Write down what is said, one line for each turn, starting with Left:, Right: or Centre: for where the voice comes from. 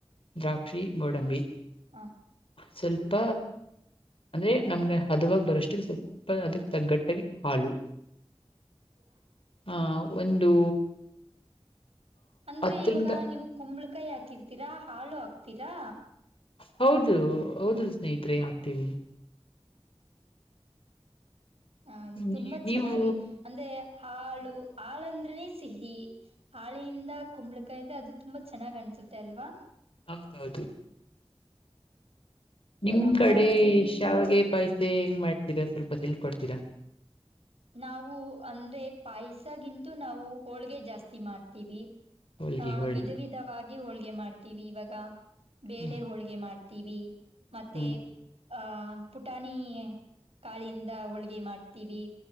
Left: ದ್ರಾ ಕ್ಷಿ ಗೋಡಂಬಿ
Right: ಹಾ
Left: ಸ್ವಲ್ಪ ಅಂದ್ರೆ ನಮಗೆ ಹದುವಾಗ ಬರೋಷ್ಟಕ್ಕೆ ಸ್ವಲ್ಪ ಅದಕ್ಕ್ ತಗ್ಗಟ್ಟಾಗಿ ಹಾಲು
Right: <unintelligible>
Left: ಆ ಒಂದು
Right: ಅಂದ್ರೆ
Left: ಹತ್ತರಿಂದ
Right: ಇವಾಗ ನೀವು ಕುಂಬಳಕಾಯಿ ಹಾಕಿರ್ತೀರಾ ಹಾಲು ಹಾಕ್ತೀರಾ.
Left: ಹೌದು ಹೌದು ಸ್ನೇಹಿತ್ರೆ ಹಾಕ್ತೀವಿ.
Right: ಹ ತುಂಬಾ
Left: ನೀ- ನೀವು
Right: ಚೆನ್ನಾಗಿ ಅಂದ್ರೆ ಹಾಳು ಹಾಲಂದ್ರನೇ ಸಿಹಿ ಹಾಲೆಯಿಂದ ಕುಂಬಳಕಾಯಿಂದ ಅದು ತುಂಬಾ ಚೆನ್ನಾಗ್ ಅನ್ಸುತ್ತೆ ಅಲ್ವಾ.
Left: ಹೌದೌದು ನಿಮ್
Right: ನಮ್ಮ
Left: ಕಡೆ
Right: ಅಜ್ಜಿ
Left: ಶಾವಿಗೆ ಪೈಸೆ ಹೆಂಗ್ ಮಾಡ್ತೀರಾ ಸ್ವಲ್ಪ ತಿಳ್ಕೊಡ್ತೀರಾ.
Right: ನಾವು ಅಂದ್ರೆ ಪಾಯಸಗಿಂತೂ ನಾವು ಹೋಳಿಗೆ ಜಾಸ್ತಿ ಮಾಡ್ತೀವಿ.
Left: ಹೋಳ್ಗೆ
Right: ಹ
Left: ಹೋಳಿಗೆ
Right: ವಿಧ ವಿಧವಾಗಿ ಹೋಳಿಗೆ ಮಾಡ್ತೀವಿ ಇವಾಗ ಬೇಳೆ
Left: ಹ್ಮ್
Right: ಹೋಳಿಗೆ ಮಾಡ್ತ್ ತ್ತಿವಿ ಮತ್ತೆ
Left: ಹ್ಮ್
Right: ಆಹ ಪುಟಾಣಿ ಕಾಳಿಂದ ಹೋಳಿಗೆ ಮಾಡ್ತೀವಿ.